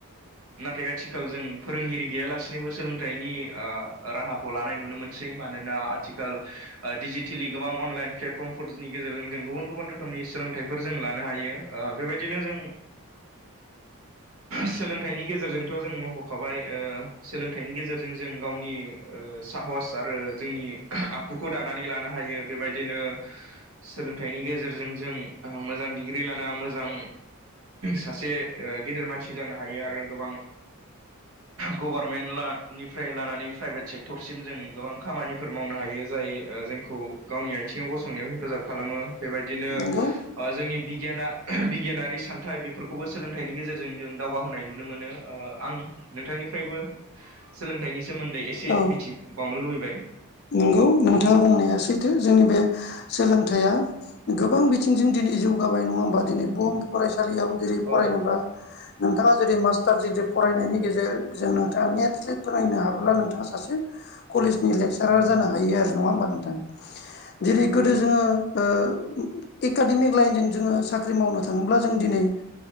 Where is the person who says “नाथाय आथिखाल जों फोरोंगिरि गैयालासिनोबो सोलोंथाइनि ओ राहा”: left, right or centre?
Right